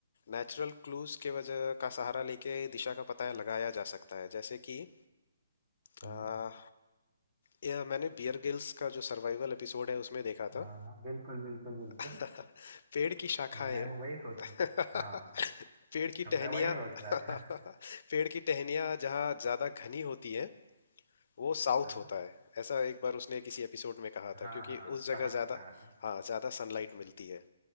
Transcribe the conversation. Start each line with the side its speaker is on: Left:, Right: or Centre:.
Left: नेचुरल क्लूज के वजह का सहारा लेके दिशा का पता लगाया जा सकता है जैसे कि
Right: हम्म,
Left: आ, यह मैंने बियर गिल्स का जो सर्वाइवल एपिसोड है उसमें देखा था
Right: हाँ हाँ बिल्कुल बिल्कुल बिल्कुल
Left: <laughs> पेड़ की शाखाएं
Right: मैं वही सोच
Left: <laughs>
Right: रहा था।
Left: पेड़ की
Right: हाँ
Left: टहनियाँ
Right: मैं वही सोच रहा
Left: <laughs>
Right: था
Left: पेड़ की टहनियाँ जहाँ ज्यादा घनी होती है वो साउथ
Right: हाँ
Left: होता है ऐसा एक बार उसने किसी एपिसोड में कहा
Right: हाँ
Left: था क्योंकि
Right: हाँ
Left: उस जगह
Right: कहा
Left: ज्यादा
Right: था कहा था
Left: हाँ ज्यादा सनलाइट मिलती है